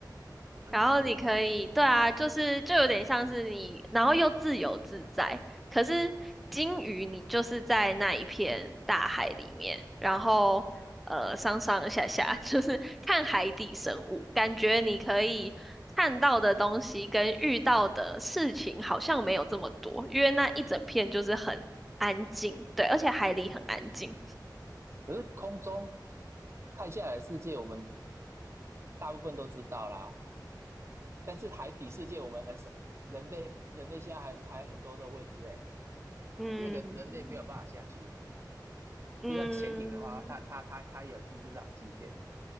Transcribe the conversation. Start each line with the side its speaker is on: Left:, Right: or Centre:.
Right: 很远的地方。
Centre: 然后你可以，对啊，就是就有点像是你，然后又自由自在。可是鲸鱼，你就是在那一片大海里面，然后呃上上下下，<laughs> 就是看海底生物，感觉你可以看到的东西跟遇到的事情好像没有这么多，因为那一整片就是很安静，对，
Right: 呃
Centre: 而且海里很安静。
Right: 可是空中看下来的世界，我们大部分都知道啦。但是海底世界，我们很少。人类人类现在还还很多的未知哎，
Centre: 嗯
Right: 因为人人类没有办法下去啊。
Centre: 嗯
Right: 就算潜艇的话，它它它它也有技术上的极限啊。